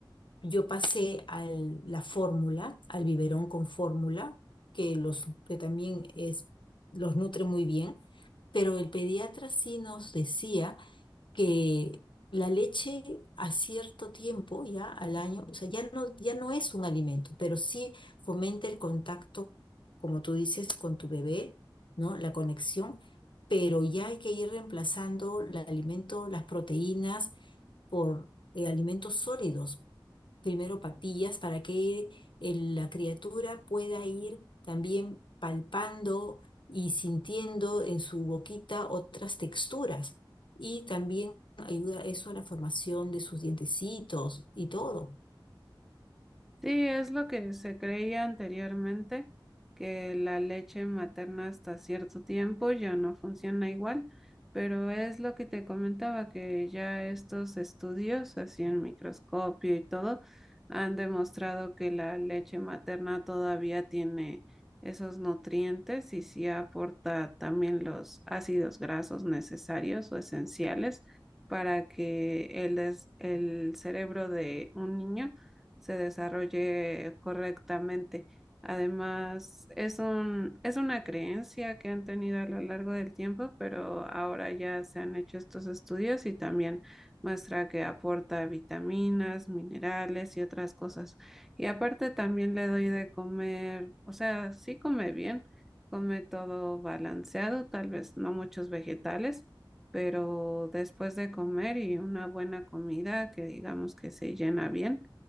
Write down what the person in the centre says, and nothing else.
Sí, es lo que se creía anteriormente, que la leche materna hasta cierto tiempo ya no funciona igual, pero es lo que te comentaba, que ya estos estudios, así en microscopio y todo, han demostrado que la leche materna todavía tiene esos nutrientes y sí aporta también los ácidos grasos necesarios o esenciales para que el, des- el cerebro de un niño se desarrolle correctamente. Además, es un, es una creencia que han tenido a lo largo del tiempo, pero ahora ya se han hecho estos estudios y también muestra que aporta vitaminas, minerales y otras cosas. Y aparte también le doy de comer, o sea, sí come bien, come todo balanceado, tal vez no muchos vegetales, pero después de comer y una buena comida que digamos que se llena bien